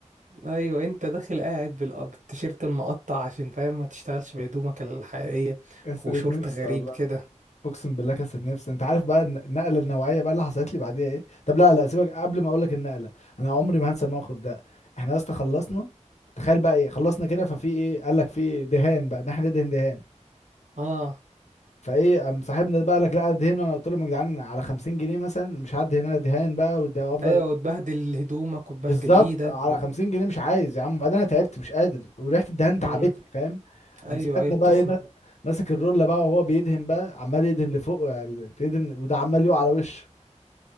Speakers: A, on the right; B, on the left.
A: ايوه انت داخل قاعد بال- آه، بالتيشيرت المقطع عشان فاهم ما تشتغلش بهدومك الحقيقية
B: كسرة
A: وشورت
B: نفس
A: غريب
B: والله
A: كده
B: اقسم بالله كسرة نفس انت عارف بقى الن- النقلة النوعية بقى اللي حصلت لي بعديها ايه طب لا لا سيبك قبل ما اقول لك النقلة انا عمري ما هنسى الموقف ده احنا يا اسطى خلصنا تخيل بقى ايه خلصنا كده ففي ايه قال لك في دهان بقى ان احنا ندهن دهان
A: اه
B: فايه قام صاحبنا ده بقى قال لك لا دهن وانا قلت لهم يا جدعان على 50 جنيه مثلا مش هعدي هنا دهان بقى وافضل
A: ايوه وتبهدل هدومك وتبهدل
B: بالظبط
A: ايدك
B: على
A: و...
B: 50 جنيه مش عايز يا عم وبعدين انا تعبت مش قادر وريحه الدهان
A: مم.
B: تعبتني فاهم
A: ايوه
B: قام صاحبنا
A: ايوه بتخنق
B: بقى ايه ما- ماسك الرولة بقى وهو بيدهن بقى عمال يدهن لفوق يعني بيدهن وده عمال يقع على وشه